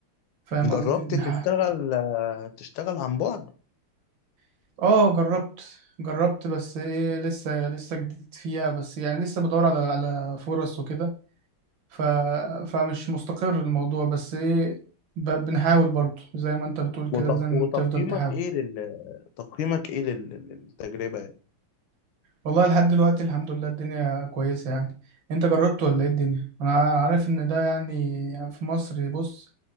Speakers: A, on the right; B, on the left.
A: فاهم
B: جربت
A: قصدي بنها
B: تشتغل آه، تشتغل عن بعد
A: <laughs> اه جربت جربت بس ايه لسه لسه جديد فيها بس يعني لسه بدور على على فرص وكده ف فمش مستقر الموضوع بس ايه ب- بنحاول برضه زي ما انت بتقول
B: وت-
A: كده لازم
B: وتقييمك
A: تفضل تحاول
B: ايه لل تقييمك ايه لل- للتجربة يعني؟
A: والله لحد دلوقتي الحمد لله الدنيا كويسة يعني انت جربت ولا ايه الدنيا انا عارف ان ده يعني في مصر بص